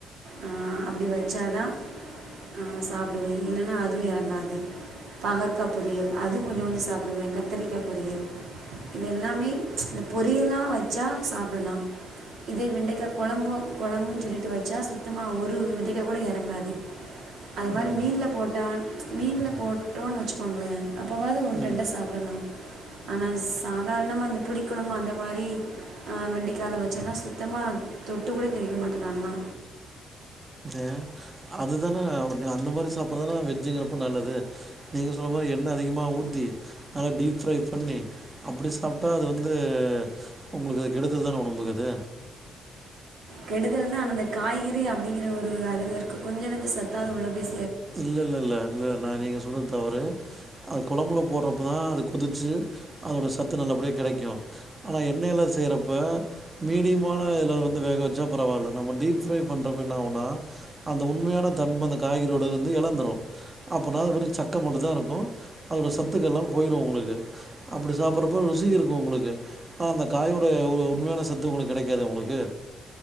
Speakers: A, on the right; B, on the right.
A: ஆ அப்டி வச்சா தா ஆ சாப்பிடுவே இல்லன்னா அதுவு எறங்காது பாகற்க்கா பொரியல் அது கொஞ்ச கொஞ்ச சாப்ட்டுவே கத்திரிக்கா பொரியல் இது எல்லாமே இந்த பொரியல்லா வச்சா சாப்ட்டலா இதோ வெண்டக்கா கொழம்பு கொழம்புன் சொல் லிட்டு வச்சா சுத்தமா ஒரு வெண்டக்கா கூட எறங்காது அதே
B: ம்.
A: மாரி மீன்ல போட்டா மீன்ல போட்டோன்னு வச்சுக்கோங்களே அப்போவாது ஒன்னு
B: ம்.
A: ரெண்ட சாப்ட்டலா ஆனா சாதாரணமா அந்த புளிக் கொழம்பு அந்த மாரி அ வெண்டக்கால வச்சோன்னா சுத்தமா தொட்டுக் கூட கழிக்க மாட்டே நாலா
B: ஏ அதுதானே ஒன்னே அந்த மாரி சாப்புட்றது தான வெஜ்ஜுங்கிறப்ப நல்லது நீங்க சொல்ற மாரி எண்ணெ அதிகமா ஊத்தி நல்லா டீப் ஃப்ரை பண்ணி அப்டி சாப்ட்டா அது வந்து உங்களுக்கு அது கெடுதல் தானே ஒடம்புக்கு அது
A: கெடுதல்னா அந்தந்த காய்கறி அப்டிங்கிற ஒரு அதிலருக்க கொஞ்ச நஞ்ச சத்தாவது உள்ள போயி
B: இல்ல இல்ல இல்ல இல்ல நா நீங்க சொல்றது தவறு அது கொழம்புல போடுறப்போ தா அது கொதிச்சு அதோட சத்து நல்லபடியா கெடைக்கு ஆனா எண்ணெய்ல செய்யுறப்ப மீடியமான இதுல வந்து வேக வச்சா பரவால்ல நம்ம டீப் ஃப்ரை பண்றப்ப என்ன ஆகுன்னா அந்த உண்மையான தன்ம அந்த காய்கறியோடது வந்து எழந்துரு அப்பன்னா அது வெறு சக்க மட்டுந்தா இருக்கு அதோட சத்துக்கள்ல்லா போயிரு உங்களுக்கு அப்டி சாப்புட்றப்ப ருசி இருக்கு உங்களுக்கு ஆ அந்த காயோடுய உ உண்மையான சத்து உங்களுக்கு கெடைக்காதே உங்களுக்கு